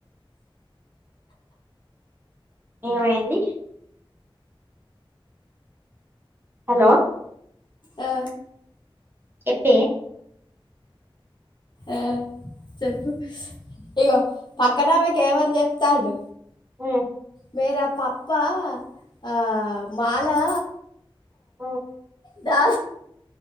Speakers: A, on the right (about 25°); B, on the left (about 55°).
A: ఏమైంది. హలో
B: ఆ.
A: చెప్పే.
B: ఆ చెప్పు ఇగో పక్కనమాక్ ఏమని చెప్తాడు.
A: ఉమ్
B: మేరా పప్ప ఆ. మాలా.
A: ఉమ్.
B: దా